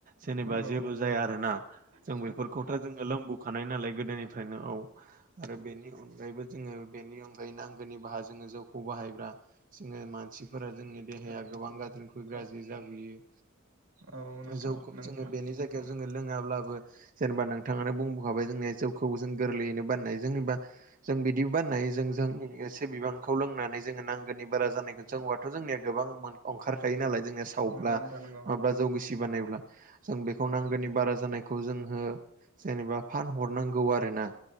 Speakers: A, on the right; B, on the right.
A: जेनेबा
B: नंगौ नंगौ नोंथां
A: जेबो जाया आरोना जों
B: नंगौ
A: बेफोरखौथ' जोङो लोंबो खानाय नालाय गोदोनिफ्रायनो औ आरो बेनि अनगायैबो जोङो बेनि अनगायै नांगौनि बाहा जोङो जौखौ बाहायब्ला जोङो मानसि फोरा जोंनि देहाया
B: नोंथां नंगौ
A: गोबां गाज्रिनिखुय गाज्रि
B: औ
A: जाबोयो
B: औ नोंथां
A: जौखौ
B: नोंथां
A: जोङो बेनि जोङो लोङाब्लाबो जेनेबा नोंथाङानो बुंबोखाबाय जोंनिया जौ खौ जों गोरलैयैनो बानायनाय जेनेबा जों बिदिबो बानायनो हायो जों जों एसे बिबांखौ लोंनानै जोङो नांगौ नि बारा जानायखौ जौयाथ' जोंनिया गोबां ओंखारखायो नालाय जोंनिया सावब्ला
B: नंगौ नोंथां
A: नङाब्ला
B: नंगौ
A: जौ गिसि बानायब्ला जों
B: नंगौ
A: बेखौ
B: नोंथां
A: नांगौनि
B: नंगौ
A: बारा जानायखौ जों जेन'बा फानहरनांगौ गौ आरोना